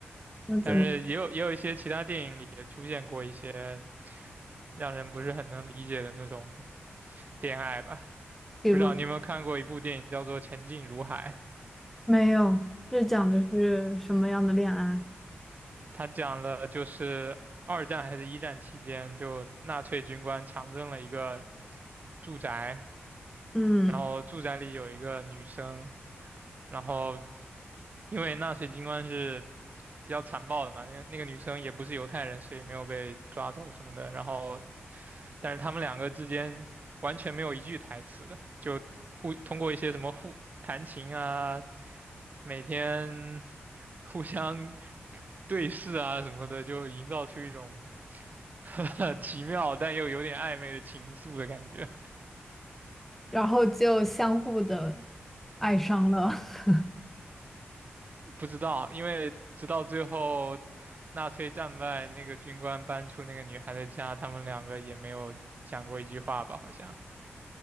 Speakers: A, in the centre; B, on the right (about 40°).
A: 那怎么，
B: 但是也有也有一些其他电影里也出现过一些让人不是很能理解的那种恋爱吧。
A: 比如
B: 不知道你有没有看过一部电影叫做《前进如海》，
A: 没有，这讲的是什么样的恋爱？
B: 它讲了就是二战还是一战期间，就纳粹军官强征了一个住宅，
A: 嗯，
B: 然后住宅里有一个女生，然后因为纳粹军官是比较残暴的嘛，那个那个女生也不是犹太人，所以没有被抓走什么的，然后但是他们两个之间完全没有一句台词，就互通过一些什么互弹琴啊，每天互相对视啊什么的，就营造出一种 <laughs> 呵呵奇妙但又有点暧昧的情愫的感觉。
A: 然后就相互的爱上了，<laughs>
B: 不知道，因为直到最后纳粹战败，那个军官搬出那个女孩的家，他们两个也没有讲过一句话吧？好像